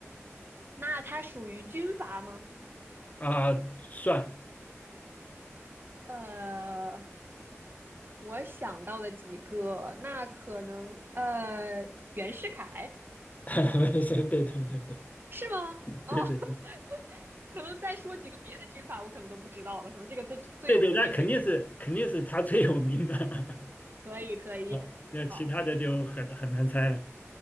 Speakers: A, on the right (about 45°); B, on the left (about 35°).
A: 那它属于军阀吗？
B: 啊、算，
A: 呃，我想到了几个，那可能呃，袁世凯
B: <laughs> 对对对对。
A: 是吗？
B: <laughs>
A: 哦，
B: 对对对
A: <laughs> 可能再说几个别的军阀，我可能都不知道了，可能这个最最有名一点。
B: 对对，那肯定是肯定是他最有名的
A: 可以，可以，
B: <laughs> 啊，那其他的就很很难猜了。
A: 好，